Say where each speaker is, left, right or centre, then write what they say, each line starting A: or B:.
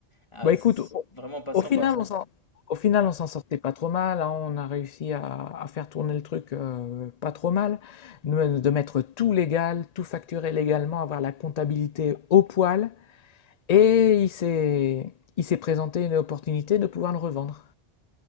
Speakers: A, on the left; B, on the left.
A: ah
B: Bah
A: c'est
B: écoute, au,
A: vraiment pas
B: au
A: sympa
B: final,
A: ça.
B: on s'en, au final, on s'en sortait pas trop mal. hein. On a réussi à, à faire tourner le truc euh, pas trop mal, de, de mettre tout légal, tout facturé légalement, avoir la comptabilité au poil. Et il s'est, il s'est présenté une opportunité de pouvoir le revendre.